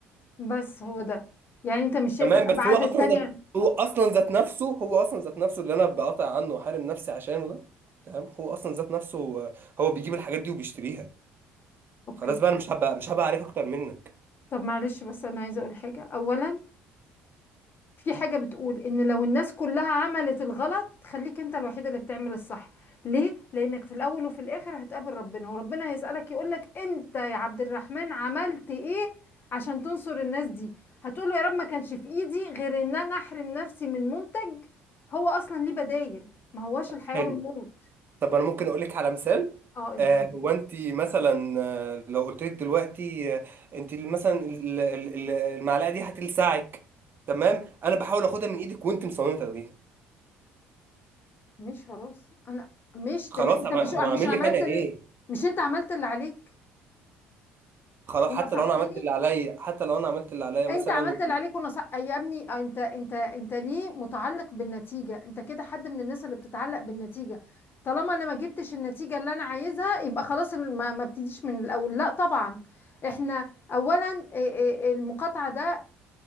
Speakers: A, on the left; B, on the right.
A: بس هو ده يعني انت مش شايف
B: تمام
A: الابعاد
B: بس هو اصلا
A: التانية
B: ذات هو اصلا ذات نفسه هو اصلا ذات نفسه اللي انا بقاطع عنه واحارم نفسي عشانه ده تمام هو اصلا ذات نفسه هو هو بيجيب الحاجات دي وبيشتريها
A: اوكي
B: خلاص بقى انا مش هبقى مش هبقى عليك اكتر منك
A: طب معلش بس انا عايزه اقول حاجه اولا في حاجه بتقول ان لو الناس كلها عملت الغلط خليك انت الوحيده اللي بتعمل الصح ليه لانك في الاول وفي الاخر هتقابل ربنا وربنا هيسالك يقولك انت يا عبد الرحمن عملت ايه عشان تنصر الناس دي هتقول له يا رب ما كانش في ايدي غير ان انا احرم نفسي من منتج هو اصلا ليه بدايل ما هواش الحياه
B: حلو
A: والموت
B: طب انا ممكن اقول لك على مثال
A: اه الدين
B: آه، هو انت مثلا آه، لو قلت لك دلوقتي آه، انت مثلا ال- ال- ال- المعلقه دي هتلسعك تمام انا بحاول اخدها من ايدك وانت مصممه تاخديها
A: مش خلاص انا مش
B: خلاص
A: تمام انت
B: طب
A: مش
B: أنا- طب اعمل
A: مش عملت
B: لك انا ايه
A: اللي مش انت عملت اللي عليك
B: خلاص
A: ونصحتني
B: حتى لو انا عملت اللي عليا حتى لو انا عملت اللي عليا مثلا
A: انت عملت اللي عليك ونصح يا ابني آه، انت انت انت ليه متعلق بالنتيجة انت كده حد من الناس اللي بتتعلق بالنتيجة طالما انا ما جبتش النتيجة اللي انا عايزها يبقى خلاص ما ما ابتديش من الاول لا طبعا احنا اولا إيه إيه المقاطعة ده